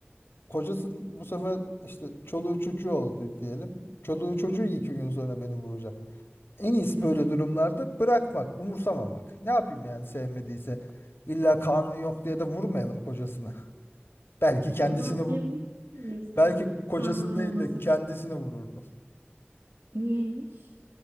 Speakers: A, on the left; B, on the right.
A: Kocası bu sefer işte çoluğu çocuğu oldu diyelim. Çoluğu çocuğu iki gün sonra beni vuracak. En iyisi
B: Evet
A: böyle durumlarda bırakmak, umursamamak. Ne yapayım yani sevmediyse. İlla kanun yok diye de vurmayalım kocasını. Belki
B: doğru.
A: kendisini,
B: O zaman
A: vu-
B: diyebilir miyiz ki
A: belki kocasını
B: kanunlar
A: değil
B: olmasa
A: de kendisini
B: da
A: vururdum.
B: niyeymiş?